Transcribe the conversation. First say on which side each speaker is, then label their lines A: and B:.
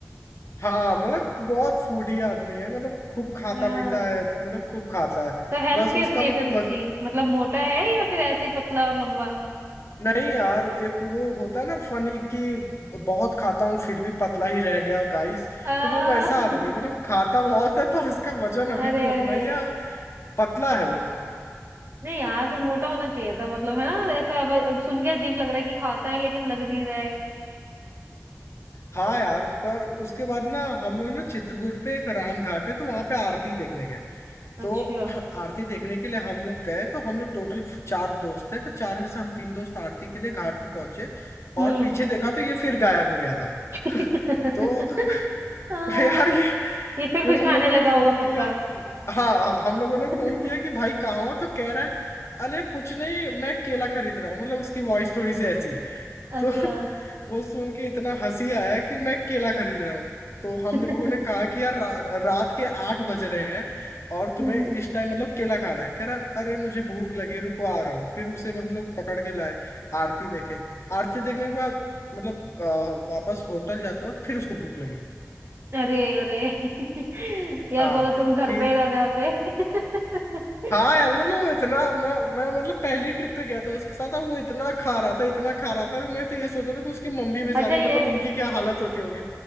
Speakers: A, on the left; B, on the right.
A: हाँ मतलब बहुत फूडी आदमी है मतलब खूब खाता
B: हाँ,
A: पीता है मतलब खूब खाता है
B: तो हेल्थ
A: बस
B: कैसी
A: उसका
B: है
A: मतलब
B: फिर उसकी
A: वज...
B: मतलब मोटा है या फिर ऐसे ही पतला और लंबा
A: नहीं यार एक वो होता है ना फनी कि बहुत खाता हूँ फिर भी पतला ही रह गया गाइस
B: आ,
A: तो वो वैसा आदमी
B: <laughs>
A: है मतलब खाता बहुत है पर उसका वजन अभी
B: अरे
A: भी उतना
B: अरे
A: ही है पतला है वो
B: नहीं यार फिर मोटा होना चाहिए था मतलब है ना ऐसा अब, अब सुन के अजीब लग रहा है कि खाता है लेकिन लग नहीं रहा है
A: हाँ यार पर उसके बाद ना हम लोग ना चित्रकूट पे एक राम घाट है तो वहां पे आरती देखने गए तो
B: अच्छा
A: आरती देखने के लिए हम लोग गए तो हम लोग टोटल चार दोस्त थे तो चार में से हम तीन दोस्त आरती के लिए घाट पे पहुंचे
B: हम्म
A: और पीछे देखा तो ये फिर गायब हो गया था
B: <laughs>
A: <laughs> तो
B: हाँ,
A: <laughs> यार ये
B: ये फिर
A: फिर
B: कुछ
A: हम
B: खाने
A: लोगों
B: लगा
A: ने फोन
B: होगा
A: किया
B: पक्का
A: हाँ हाँ, हम लोगों
B: <laughs>
A: ने फोन किया कि भाई कहाँ हो तो कह रहा है अरे कुछ नहीं मैं केला खरीद रहा हूँ मतलब उसकी वॉइस थोड़ी सी ऐसी है <laughs>
B: अच्छा
A: तो वो सुन के इतना हंसी आया कि मैं केला खरीद रहा हूँ तो हम लोगों
B: <laughs>
A: ने कहा कि यार रा, रात के आठ बज रहे हैं और तुम्हें
B: हम्म
A: इस टाइम मतलब केला खाना है कह रहा अरे मुझे भूख लगी रुको आ रहा हूँ फिर उसे हम लोग पकड़ के लाए आरती देखे आरती देखने के बाद मतलब अ, वापस होटल जाते वक्त फिर उसको भूख लगी
B: अरे अरे <laughs> यार
A: हाँ
B: बोलो तुम घर
A: कि
B: पे ही रह जाते <laughs>
A: हाँ यार मतलब वो इतना मैं मैं मतलब पहली ट्रिप पे गया था उसके साथ अब वो इतना खा रहा था इतना खा रहा था मैं तो ये सोच रहा था कि उसकी मम्मी बेचारी
B: अच्छा ये
A: मतलब उनकी क्या हालत होती होगी